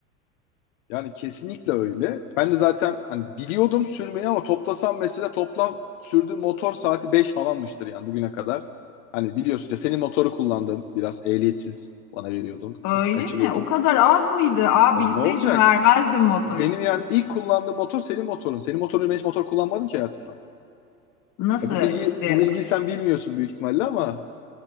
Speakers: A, on the left; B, on the left.
A: Yani kesinlikle öyle. Ben de zaten hani biliyordum sürmeyi ama toplasam mesela toplam sürdüğüm motor saati 5 falanmıştır yani bugüne kadar. Hani biliyorsun ya senin motoru kullandım. Biraz ehliyetsiz bana veriyordun.
B: Öyle
A: <laughs> Kaçırıyordum.
B: mi? O kadar az mıydı? Aa
A: E,
B: bilseydim
A: ne olacak?
B: vermezdim motorumu.
A: Benim yani ilk kullandığım motor senin motorun. Senin motorunu ben hiç motor kullanmadım ki hayatımda.
B: Nasıl
A: Ya bu bilgi
B: işte
A: bu bilgiyi sen bilmiyorsun büyük ihtimalle ama